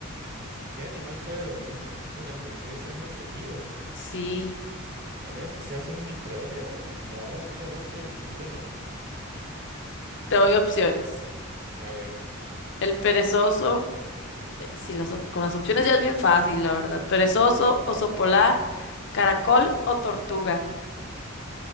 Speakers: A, on the right; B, on the left.
A: ¿Qué animal puede dormir durante tres años seguidos?
B: Sí,
A: A menos que seas un microbio, no conozco ninguno.
B: te doy opciones.
A: A ver.
B: El perezoso. eh, si las op- con las opciones ya es bien fácil, la verdad. Perezoso, oso polar, caracol o tortuga.